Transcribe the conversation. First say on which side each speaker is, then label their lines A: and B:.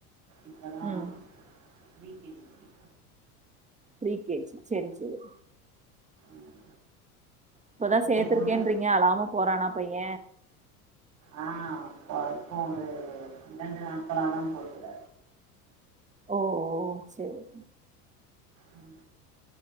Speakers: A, on the right; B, on the right.
A: இப்போ தான்
B: ம்
A: ப்ரீ கே ஜி படிக்கு
B: ப்ரீ கே ஜி சேரி சேரி
A: ம்
B: இப்பதா
A: உங்க
B: சேர்த்திருக்கேன்றீங்க
A: பொண்ணு
B: அழாம போறானா பைய
A: ஆ இப்ப இப்போ ஒரு இரண்டு நாட்களாதா போகிறா
B: ஓ ஓ சேரி
A: ம்